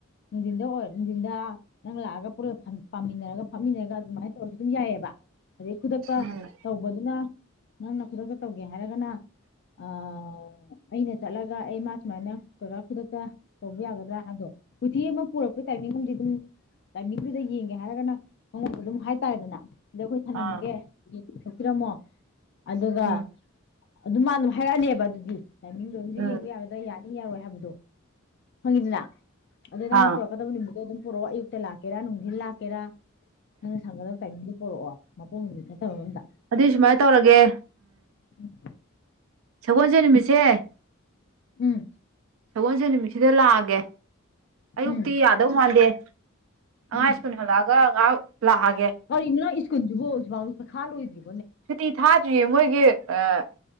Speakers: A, on the left; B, on the right.
A: ꯅꯨꯡꯊꯤꯟꯗ ꯑꯣꯏꯔ ꯅꯨꯡꯗꯤꯟꯗ ꯅꯪ ꯂꯥꯛ ꯑꯒ ꯄꯨꯂꯞ ꯄꯥꯝꯃꯤꯟ ꯅꯔꯒ ꯐꯝꯃꯤꯟ ꯅꯔꯒ ꯑꯗꯨꯃꯥꯏꯅ ꯇꯧꯔꯁꯨ ꯑꯗꯨꯝ ꯌꯥꯏꯑꯦꯕ ꯑꯗꯩ ꯈꯨꯗꯛꯇ
B: ꯎꯝ
A: ꯇꯧꯕꯗꯨꯅ ꯅꯪꯅ ꯈꯨꯗꯛꯇ ꯇꯧ ꯍꯥꯏꯔꯒꯅ ꯑ ꯑꯩꯅ ꯆꯠꯂꯒ ꯑꯩ ꯃꯥ ꯁꯨꯃꯥꯏꯅ ꯀꯩꯀꯥ ꯈꯨꯗꯛꯇ ꯇꯧꯕ ꯌꯥꯒꯗ꯭ꯔꯥ ꯍꯥꯏꯗꯣ ꯀꯨꯊꯤ ꯌꯦꯡꯕꯝ ꯄꯨꯔꯛꯄꯩ ꯇꯥꯏꯃꯤꯡ ꯑꯃꯗꯤ ꯑꯗꯨꯝ ꯇꯥꯏꯃꯤꯡꯗꯨꯗ ꯌꯦꯉ ꯍꯥꯏꯔꯒꯅ ꯃꯉꯣꯟ ꯑꯗꯨꯝ ꯍꯥꯏ ꯇꯥꯔꯦꯗꯅ ꯑꯗ ꯑꯩꯈꯣꯏ ꯊꯝꯂꯝꯃꯒꯦ
B: ꯑꯥ
A: ꯌꯦꯡꯊꯣꯛ ꯄꯤꯔꯝꯃꯣ ꯑꯗꯨꯒ
B: ꯎꯝ
A: ꯑꯗꯨ ꯃꯥ ꯑꯗꯨꯝ ꯍꯥꯏꯔꯛ ꯑꯅꯦꯕ ꯑꯗꯨꯗꯤ ꯇꯥꯏꯃꯤꯡꯗꯣ ꯍꯧꯖꯤꯛ
B: ꯎꯝ
A: ꯌꯦꯡꯕ ꯌꯥꯒꯗ꯭ꯔ ꯌꯥꯅꯤ ꯌꯥꯔꯣꯏ ꯍꯥꯏꯕꯗꯣ ꯈꯪꯉꯤꯗꯅ ꯑꯗꯨꯗ ꯅꯪꯅ
B: ꯑꯥ
A: ꯄꯨꯔꯛ ꯀꯗꯕ ꯅꯨꯃꯤꯠ ꯑꯗꯨ ꯑꯗꯨꯝ ꯄꯨꯔꯛꯑꯣ ꯑꯌꯨꯛꯇ ꯂꯥꯛꯀꯦꯔꯥ ꯅꯨꯡꯊꯤꯟ ꯂꯥꯛꯀꯦꯔꯥ ꯅꯪꯅ ꯁꯪꯒꯗꯕ ꯇꯥꯏꯃꯤꯡꯗꯨ ꯄꯣꯔꯛꯑꯣ ꯃꯄꯣꯛ ꯅꯨꯃꯤꯠ ꯅꯠꯇꯕ ꯑꯃꯝꯗ
B: ꯑꯗꯨꯏ ꯁꯨꯃꯥꯏꯅ ꯇꯧꯔꯒꯦ
A: ꯎꯝ
B: ꯁꯒꯣꯜꯁꯦꯟ ꯅꯨꯃꯤꯠꯁꯦ
A: ꯎꯝ
B: ꯁꯒꯣꯜꯁꯦꯟ ꯅꯨꯃꯤꯠꯁꯤꯗ ꯂꯥꯛ ꯑꯒꯦ ꯑꯌꯨꯛꯇꯤ
A: ꯎꯝ
B: ꯌꯥꯗꯧ ꯃꯥꯟꯗꯦ ꯑꯉꯥꯡ
A: ꯎꯝ
B: ꯁ꯭ꯀꯨꯜ ꯍꯜꯂꯛꯑꯒ ꯉꯥꯏꯍꯥꯛ ꯂꯥꯛ ꯑꯒꯦ
A: ꯀꯔꯤꯅꯣ ꯅꯪ ꯁ꯭ꯀꯨꯜꯁꯤꯕꯨ ꯍꯨꯖꯤꯛ ꯐꯥꯎ ꯄꯩꯈꯥ ꯂꯣꯏꯗ꯭ꯔꯤ
B: ꯁꯨꯇꯤ ꯊꯥꯗ꯭ꯔꯤꯌꯦ ꯃꯣꯏꯒꯤ ꯑꯥ